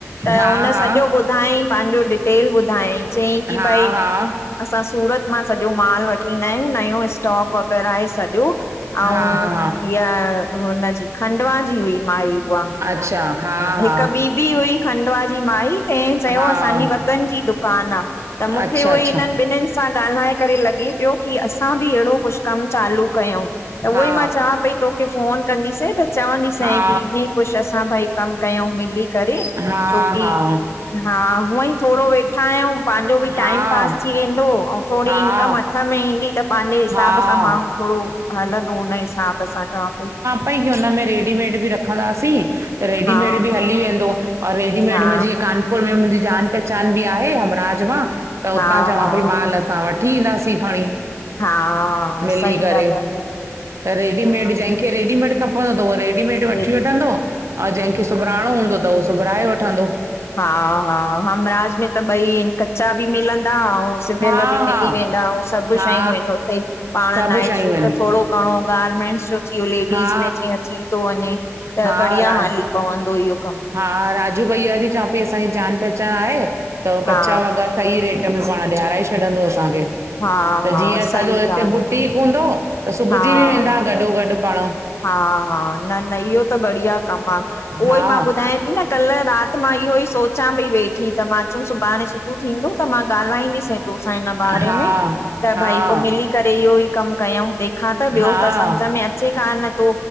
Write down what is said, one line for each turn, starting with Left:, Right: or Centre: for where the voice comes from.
Left: त
Right: हा
Left: उन
Right: हा
Left: सॼो ॿुधायईं, पांजो डिटेल ॿुधायईं, चयईं की
Right: हा
Left: भई
Right: हा
Left: असां सूरत मां सॼो माल वठी ईंदायूं, नयो स्टोक वग़ैरा आहे सॼो अऊं,
Right: हा हा
Left: ईअ हुनजी, खंडवा जी हुई माई। उहा,
Right: अच्छा हा हा
Left: हिक ॿी बि हुई खंडवा जी माई। तैं, चयो
Right: हा
Left: असांजी वॻन जी दुकान आ, त मूंखे
Right: अच्छा
Left: उहो
Right: अच्छा
Left: हिनन ॿिनिन सां ॻाल्हाए करे लॻे प्यो, की असां बि एढ़ो कुछ कम चालू कयूं, त
Right: हा
Left: उहोई मां चां पई तोखे फ़ोन कंदीसैं त चवंदीसैं,
Right: हा
Left: की ईअंई कुछ असां भई कम कयूं मिली करे,
Right: हा हा
Left: छोकी। हा, हूअंई थोड़ो वेठा आयूं, पांजो बि टाइम
Right: हा
Left: पास थी वेंदो अऊं थो थोड़ी
Right: हा
Left: इंकम हथ में ईंदी, त पांजे हिसाब
Right: हा
Left: सां माण्हूं थोड़ो हलंदो उन हिसाब सां चवां पई।
Right: भई हुनमें रेडीमेड बि रखंदासीं, त रेडीमेड
Left: हा
Right: बि हली वेंदो। और रेडीमेड
Left: हा
Right: में जीअं कानपुर में मुंहिंजी जान पहचान बि आहे हमराज मां त
Left: हा हा
Right: उतां चवां पई, माल असां वठी ईंदासीं खणी।
Left: हा,
Right: मिली
Left: सही
Right: करे
Left: ॻाल्ह आ।
Right: त, रेडीमेड जैंखे रेडीमेड खपंदो त उहो रेडीमेट वठी
Left: हा
Right: वठंदो, अऊं जैंखे सिबराइणो हूंदो त उहो सिबराए वठंदो।
Left: हा हा, हमराज में त ॿई इन। कचा बि मिलंदा, अऊं सिभयल
Right: हा
Left: बि मिली
Right: हा
Left: वेंदा, अऊं सभ
Right: हा
Left: शयूं एन उते। पाण
Right: सभु
Left: नाइट
Right: शयूं
Left: सूट
Right: आहिनि
Left: थोड़ो घणो गार्मेंट्स जो, थीयो लेडीस
Right: हा
Left: में जीअं थी तो वञे, त
Right: हा
Left: बढ़िया
Right: रा
Left: हली पवंदो ईयो।
Right: हा, राजू भईया जी चवां पई, असांजी जान पहचान आहे त कचा
Left: हा
Right: वॻा सही रेट में पाण ॾियाराए छॾंदो असांखे।
Left: हा
Right: त
Left: हा
Right: जीअं असांजो
Left: सही
Right: हिते
Left: ॻाल्हि
Right: बुटीक
Left: आहे
Right: हूंदो त सुबजी
Left: हा
Right: बि वेंदा गॾो गॾु पाण
Left: हा, हा, न, न इहो त बढ़िया कमु आ। हो
Right: हा
Left: ई मां ॿुधाय न कल्ह रात मां इहो ई सोच अचां पई वेठी त मां अचम सुभाणे सुबुहु थींदो त मां ॻाल्हाईंदसीं तोसां हिन बारे
Right: हा
Left: में। त
Right: हा
Left: भाई पो मिली करे इहो ई कम कयऊ तंहिंखा त ॿियो
Right: हा
Left: त सम्झ में अचे कान थो।